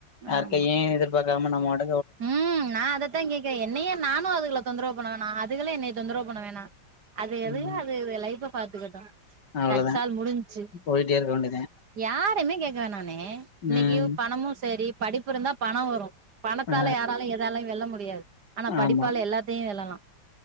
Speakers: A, on the left; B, on the right.
A: யார்கைய
B: ஆமா
A: எதிர்பாக்காம நம்மோட
B: ம் நா அதத்தா கேக்குற என்னையே நானு அதுகல தொந்தரவு பண்ணாண அதுகல்லே என்ன தெந்தரவு பண்ண வேணா அது எது
A: ம்
B: அது எது ஃலைப்ப பாத்துகிட்டோ
A: அவ்ளோதா
B: தட்சால் முடுஞ்சு
A: போயிட்டே இருக்க வேண்டியதா
B: யாரைமே கேக்க வேணான்னே இன்னிக்கு
A: ம்
B: பணமு செரி படிப்பு இருந்தா பணோ வரு பணத்தால
A: ஆ
B: யாராலயு எதாலையுமன வெல்ல மு முடியாது ஆனா படிப்பால
A: ஆமா
B: எல்லாத்தையு வெல்லலா